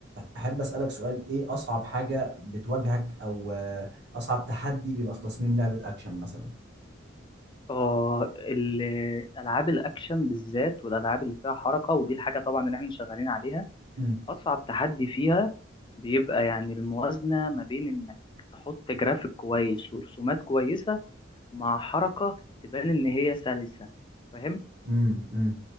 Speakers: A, on the right (about 65°); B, on the left (about 25°).
A: احب اسالك سؤال ايه اصعب حاجه بتواجهك او آه، اصعب تحدي بيبقى في تصميم لعبه اكشن مثلا
B: اه الالعاب الاكشن بالذات والالعاب اللي فيها حركه ودي الحاجه طبعا اللي احنا شغالين عليها
A: امم
B: اصعب تحدي فيها بيبقى يعني الموازنه ما بين انك تحط جرافيك كويس ورسومات كويسه مع حركه تبان ان هي سلسه فاهم
A: امم